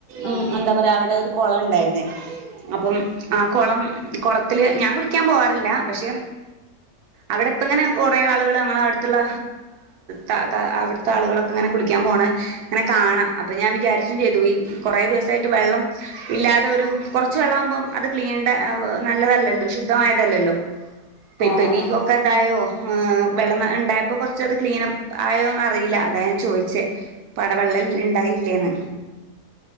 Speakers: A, on the left; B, on the right.
A: ആഹ്
B: ഉം എന്താപറയാ അവിടെ ഒരു കൊളണ്ടായിര്ന്നേ അപ്പം ആ കൊളം കൊളത്തില് ഞാൻ കുളിക്കാൻ പോവാറില്ല പക്ഷെ അവിടെപ്പങ്ങനെ കേറെ ആളുകള് ഞങ്ങളടത്തുള്ള താതാ അവിടെ ത്തളുകളൊക്കെ ഇങ്ങനെ കുളിക്കാപോണങ്ങന കാണാം അപ്പൊ ഞാൻ വിചാരിച്ചും ചെയ്തു ഈ കുറെ ദെവസായിട്ട് വെള്ളം ഇല്ലാതെ ഒരു കെർച്ച് വെള്ളാഉമ്പോം അത് ക്ലീൻ ഡ നല്ലതല്ലല്ലോ ശുദ്ധമായതല്ലല്ലോ ഇപ്പ
A: ആഹ്
B: പ്പനികൊക്കെ
A: ആഹ്
B: ഇതായോ വെള്ളം ഉണ്ടായപ്പോ കെറച്ചത് ക്ലീൻപ്പ് ആയോന്നറിയില്ല ഇല്ല അതാഞാൻ ചോയിച്ചേ ഇപടവെള്ളല്ലേ ഇണ്ടായില്ലേന്ന്